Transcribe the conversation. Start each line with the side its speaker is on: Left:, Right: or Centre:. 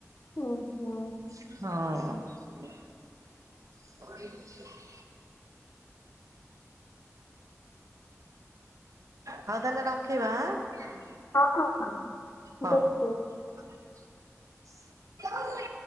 Left: ଓ ହୋ।
Right: ହଁ। <unintelligible> ହୋଉ ତାହେଲେ ରଖିବା ଆଁ।
Left: ହଁ ହ ହଁ
Right: ହଉ।
Left: ଦେଖି।
Right: <inaudible>